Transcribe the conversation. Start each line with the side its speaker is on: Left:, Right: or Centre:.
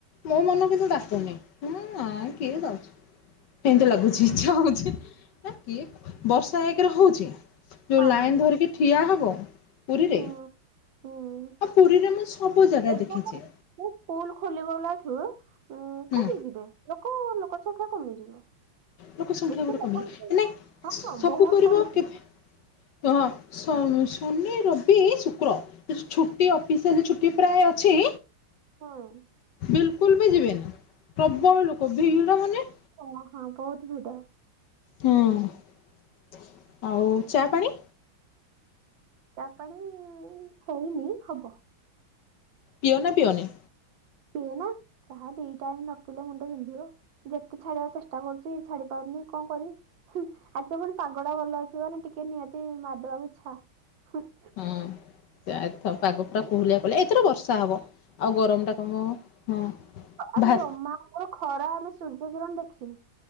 Left: ମୋ ମନ କିନ୍ତୁ ଡାକୁନି। ହୁଁ ନାଇଁ କିଏ ଯାଉଛି। ଏମ୍ତି ଲାଗୁଛି ଇଛା ହୋଉଛି। ନା କିଏ ବର୍ଷା ଏକ୍ ରେ ହଉଛି। ଯୋଉ
Right: ହଁ
Left: ଲାଇନ୍ ଧରିକି ଠିଆ ହବ ପୁରୀରେ,
Right: ହୁଁ ହୁଁ
Left: ଆଉ ପୁରୀରେ ମୁଁ ସବୁ ଜାଗା
Right: ଏବେ
Left: ଦେଖିଛି
Right: କଣ ସ୍କୁଲ୍ ଖୋଲିଗଲାଠୁ ଉଁ
Left: ହୁଁ
Right: କମି ଯିବେ, ଲୋକ ଲୋକ ସଂଖ୍ୟା କମିଯିବ।
Left: ଲୋକ ସଂଖ୍ୟା
Right: ଏତେ
Left: ଆହୁରି
Right: ଲୋକ
Left: କମିବେ,
Right: ହେବେନି
Left: ଏ ନାଇ
Right: ହଁ
Left: ସବୁ
Right: ହଁ ବହୁତ
Left: କରିବ
Right: କମିଯିବ
Left: କେବେ ହଁ ସ-ଶନି, ରବି, ଶୁକ୍ର ସେ ଯୋଉ ଛୁଟି ଅଫିସିଆଲି ଛୁଟି ପ୍ରାୟ ଅଛି
Right: ହଁ।
Left: ବିଲ୍ କୁଲ୍ ବି ଯିବେନି। ପ୍ରବଳ ଲୋକ ଭିଡ଼ ମାନେ
Right: ହ ହଁ ବୋହୁତ୍ ଭିଡ।
Left: ହୁଁ। ଆଉ ଚା ପାଣି?
Right: ଚା ପାଣି ହେଇନି ହବ।
Left: ପିଓ ନା ପିଓନି?
Right: ପିଏ ନା, ଚାହା ଦି ଟାଇ ନ ପିଲେ ମୁଣ୍ଡ ଵିନ୍ଧିବ। ଯେତେ ଛାଡିବା ଚେଷ୍ଟା କରୁଛି, ଛାଡି ପାରୁନି କଣ କରିବି? ଆଜି ତ ପୁଣି ପାଗ ଟା ଭଲ ଅଛି, ମାନେ ଟିକେ ନିହାତି ମାରିଦବାକୁ ଇଚ୍ଛା।
Left: ହୁଁ ପାଗ ପୁରା କୁହୁଲିଆ କଲା, ଏଥର ବର୍ଷା ହବ। ଆଉ ଗରମ ଟା କମିବ ହଁ।
Right: ଆଜି
Left: ଭା
Right: ଜମା ଆମର ଖରା, ଆମେ ସୂର୍ଯ୍ୟକିରଣ ଦେଖିନୁ।